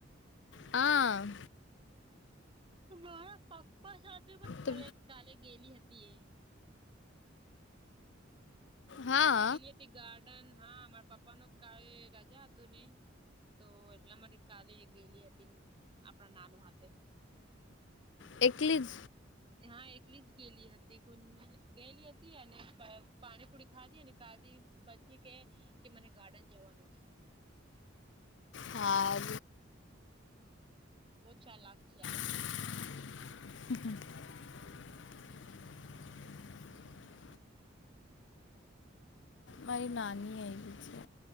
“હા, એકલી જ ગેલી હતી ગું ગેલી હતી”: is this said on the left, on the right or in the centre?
Right